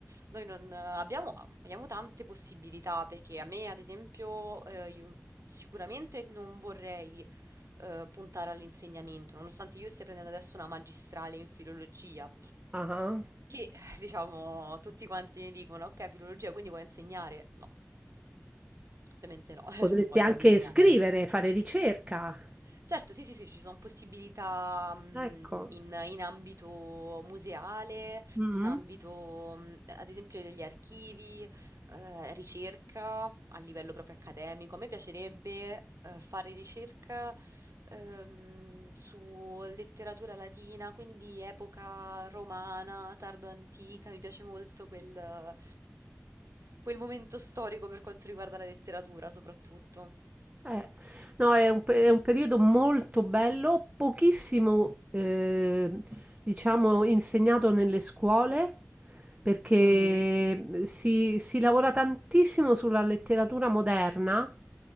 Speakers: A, on the right; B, on the right.
A: noi non eh, abbiamo, abbiamo tante possibilità perché a me, ad esempio, eh, io sicuramente non vorrei eh, puntare all'insegnamento, nonostante io stia prendendo adesso una magistrale in filologia,
B: Ah,
A: che eh, diciamo tutti quanti mi dicono, ok, filologia, quindi vuoi insegnare? No, ovviamente no, <laughs>
B: Potresti
A: non voglio
B: anche
A: insegnare.
B: scrivere, fare ricerca.
A: Certo, sì, sì, sì, ci sono possibilità mh,
B: Ecco.
A: in, in ambito museale,
B: Mm.
A: in ambito, mh, ad esempio, degli archivi, eh, ricerca a livello proprio accademico. A me piacerebbe eh, fare ricerca ehm, su letteratura latina, quindi epoca romana, tardo antica, mi piace molto quel, quel momento storico per quanto riguarda la letteratura, soprattutto.
B: Eh, no, è un pe è un periodo molto bello, pochissimo, ehm, diciamo, insegnato nelle scuole, Mm. perché mh, si, si lavora tantissimo sulla letteratura moderna,